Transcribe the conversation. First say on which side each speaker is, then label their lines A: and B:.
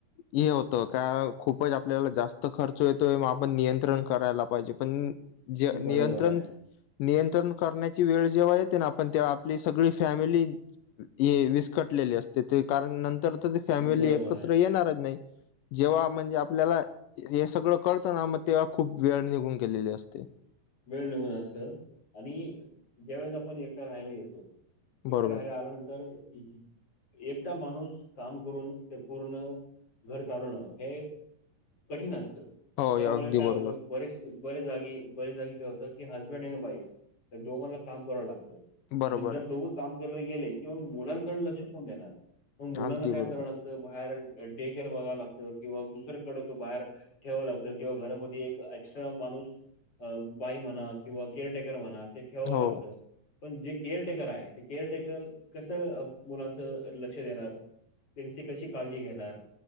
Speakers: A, on the left (about 75°); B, on the left (about 40°).
A: हे होतं का, खूपच आपल्याला जास्त खर्च येतोय, म आपण नियंत्रण करायला पाहिजे पण ज नियंत्रण,
B: बरोबर आहे
A: नियंत्रण करण्या ची वेळ जेव्हा येते ना, आपण तेव्हा आपली सगळी फॅमिली हे विस्कटलेले असते, ते कारण नंतर तर फॅमिली
B: बरोबर
A: एकत्र
B: आहे
A: येणारच नाही. जेव्हा म्हणजे आपल्याला हे सगळं कळत ना, मग तेव्हा खूप वेळ निघून गेलेली असते.
B: वेळ निघून असते आणि ज्यावेळेस आपण एकटा राहायला येतो एकट्या
A: बरोबर
B: राहयला आल्यानंतर इजी एकटा माणूस काम करून ते पूर्ण घर चालवणं, हे कठीण असत,
A: हो
B: त्यामुळे
A: अगदी
B: काय
A: बरोबर
B: होतं बरेच बरेच जागी, बरेच जागी काय होतय की, हसबंड आणि वाईफ या दोघांला काम करावं लागतं.
A: बरोबर
B: आणि जर
A: आहे
B: दोघं काम करायला गेले कि, मग मुलांकडून लक्ष कोण देणार, मग मुलांना
A: अगदी
B: काय
A: बरोबर
B: करावं लागतं तर बाहेर टेकर बघावं लागतं किंवा दुसर्याकडं बाहेर ठेवाव लागतं किंवा घरामध्ये एक एक्स्ट्रा माणूस अ बाई म्हणा किंवा केअरटेकर म्हणा, ते ठेवावं
A: हो
B: लागतं. पण जे केअर टेकर आहे, ते केअर टेकर कसं मुलांचं लक्ष देणार? त्यांची कशी काळजी घेणार?